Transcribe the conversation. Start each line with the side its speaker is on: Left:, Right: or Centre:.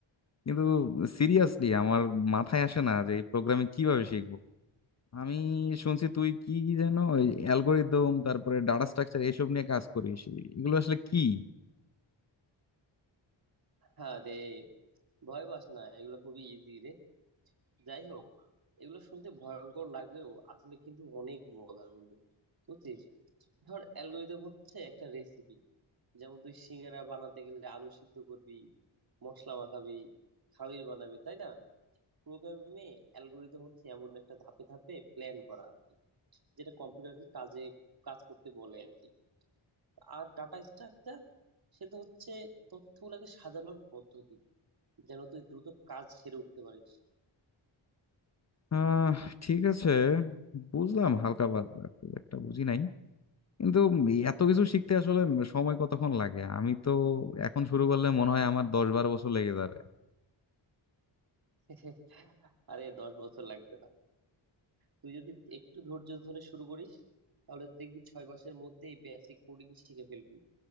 Left: কিন্তু সিরিয়াসলি আমার মাথায় আসে না যে প্রোগ্রামিং কিভাবে শিখবো আমি শুনছি তুই কি কি যেন অ্যালগোরিদম তারপরে ডাটা স্ট্রাকচার এসব নিয়ে কাজ করিস এগুলো আসলে কি
Right: হ্যাঁ রে ভয় পাস না এগুলো খুবই ইজি রে যাই হোক এগুলো শুনতে ভয়ঙ্কর লাগলেও আসলে কিন্তু অনেক মজার বন্ধু বুঝছিস ধর অ্যালগরিদম হচ্ছে একটা রেসিপি যেমন তুই সিঙ্গারা বানাতে গেলে আলু সিদ্ধ করবি মশলা মাখাবি খামির বানাবি তাই না প্রোগ্রামিং এ অ্যালগরিদম হচ্ছে এমন একটা ধাপে ধাপে প্ল্যান করা আর কি যেটা কম্পিউটারকে কাজে কাজ করতে বলে আর কি আর ডাটা স্ট্রাকচার সেটা হচ্ছে তথ্যগুলোকে সাজানোর পদ্ধতি যেন তুই দ্রুত কাজ সেরে উঠতে পারিস
Left: আহ ঠিক আছে বুঝলাম হালকা পাতলা খুব একটা বুঝি নাই কিন্তু এত কিছু শিখতে আসলে সময় কতক্ষণ লাগে আমি তো এখন শুরু করলে মনে হয় আমার দশ বারো বছর লেগে যাবে
Right: <laughs> আরে দশ বছর লাগবে না তুই যদি একটু ধৈর্য ধরে শুরু করিস তাহলে দেখবি ছয় মাসের মধ্যেই বেসিক কোডিং শিখে ফেলবি